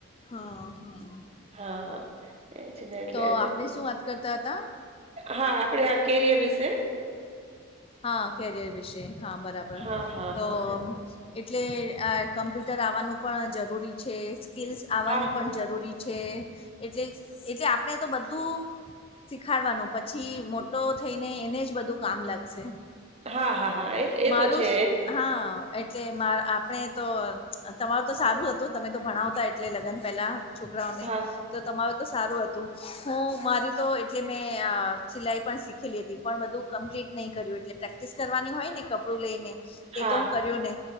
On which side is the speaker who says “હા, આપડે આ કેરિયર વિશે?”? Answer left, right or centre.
Right